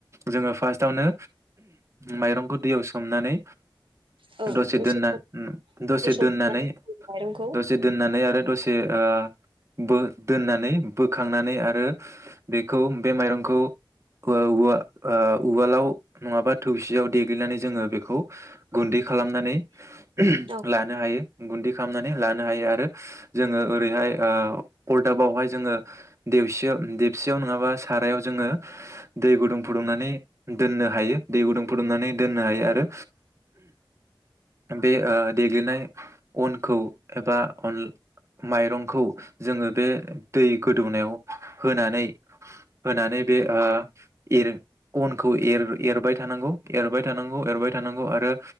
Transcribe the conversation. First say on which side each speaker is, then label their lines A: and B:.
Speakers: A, on the right; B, on the right.
A: जोङो फार्स्टआवनो माइरंखौ दैयाव सोमनानै
B: औ
A: दसे दोननानै
B: सम दसे सम सोमनानै दोनो माइरंखौ
A: दसे दोननानै आरो दसे ओ बो दोननानै बोखांनानै आरो बेखौ बे माइरंखौ ओ उवा ओ उवालाव नङाबा थौसियाव देग्लिनानै जोङो बेखौ गुन्दै खालामनानै <unintelligible>
B: औ
A: लानो हायो। गुन्दै खालामनानै लानो हायो आरो जोङो ओरैहाय ओ अरदाबावहाय जोङो देवसियाव देबसियाव नोङाबा सारायाव जोङो दै गुदुं फुदुंनानै दोननो हायो। दै गुदुं फुदुंनानै दोननो हायो आरो बे ओ देग्लिनाय अनखौ एबा अन माइरंखौ जोङो बे दै गोदौनायाव होनानै होनानै बे ओ एर अनखौ एर एरबाय थानांगौ एरबाय थानांगौ एरबाय थानांगौ आरो